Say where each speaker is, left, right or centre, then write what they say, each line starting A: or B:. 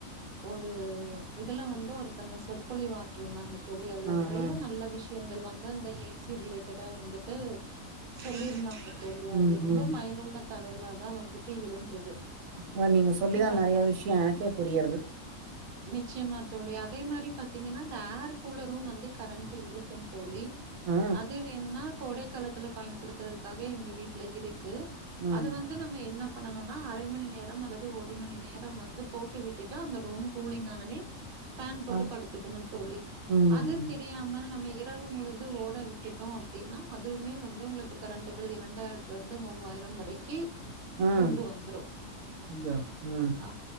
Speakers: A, on the right; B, on the right.
A: ஒரு இதுல வந்து ஒரு த்தவங்க சொற்ப்பொழிவு ஆற்றுங்காங்க தோழி அதுல
B: ஆ
A: நெறயா
B: ஆ
A: நல்ல விஷ்ய வந்து அந்த ஏசி ரிலேட்டடா வந்துட்டு சொல்லி இருந்தாங்க தோழி அது
B: ம்
A: ரொம்ப
B: ம்
A: பயனுள்ள தகவலா தா வந்துட்டு இருந்தது
B: வ நீங்க சொல்லிதா
A: இப்ப
B: நறைய விஷ்யொ எனக்கே புரியற்து
A: நி ச்சியமா தோழி அ தே மாரி பாத்தீங்கன்னா இந்த ஏர் கூலரூ வந்து கரண்ட்டு இழுக்கும் தோழி
B: ஆ
A: அது வேண்ணா கோடை காலத்துல பயன்படுத்துறதுக்காக எங்க வீட்ல இரு க்கு
B: ஆ
A: அத வந்து நம்ம என்ன பண்ணனுனா அரை மணி நேரம் அல்லது ஒரு மணி நேரம் வந்து போட்டு விட்டுட்டு அந்த ரூம் கூலிங் ஆனொனே ஃபேன் போட்டு
B: ஆ
A: படுத்துக்கனு‌ தோழி
B: ம்
A: அது
B: ம்
A: தெரியாமல் நம்ம இரவு‌ முழுது ஓட விட்டுட்டோ அப்டின்னா அதுவுமே வந்து உங்களுக்கு கரண்ட் பில் இரண்டாயிரத்துல இருந்து மூவாயிரம் வரைக்கி
B: ம்
A: கொண்டு வந்துரும்.
B: அய்யோ ம்
A: ஆ